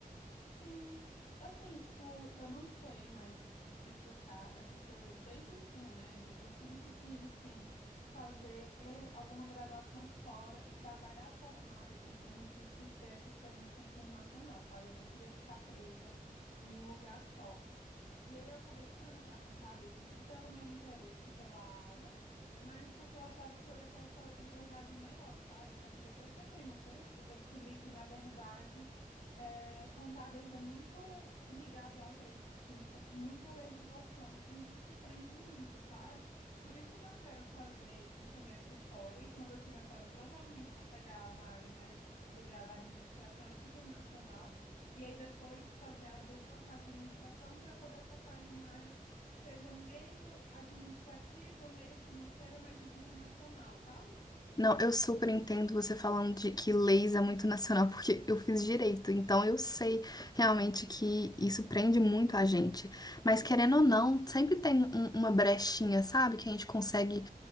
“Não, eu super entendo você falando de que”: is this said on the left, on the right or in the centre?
Left